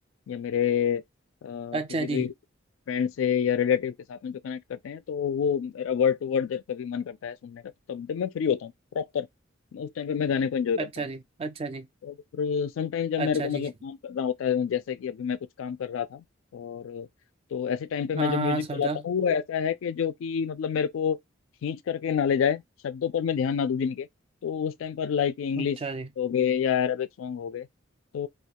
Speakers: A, on the left (about 75°); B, on the right (about 30°).
A: या मेरे अ,
B: अच्छा
A: किसी भी
B: जी
A: फ्रेंड से या रिलेटिव के साथ में जो कनेक्ट करते हैं तो वो मेरा वर्ड टू वर्ड जब कभी मन करता है सुनने का तो तब जब मैं फ्री होता हूँ प्रॉपर उस टाइम पे मैं गाने को एंजॉय करता
B: अच्छा
A: हूँ
B: जी अच्छा जी
A: और समटाइम जब
B: अच्छा
A: मेरे को मतलब
B: जी
A: काम करना होता है जैसे कि अभी मैं कुछ काम कर रहा था और तो ऐसे टाइम पे मैं
B: हाँ
A: जो
B: हाँ
A: म्यूजिक
B: हाँ, समझा
A: चलाता हूँ वो ऐसा है कि जो कि मतलब मेरे को खींच करके ना ले जाए शब्दों पर मैं ध्यान ना दूं जिनके तो उस टाइम पर लाइक इंग्लिश
B: अच्छा जी
A: हो गए या अरेबिक सॉन्ग हो गए तो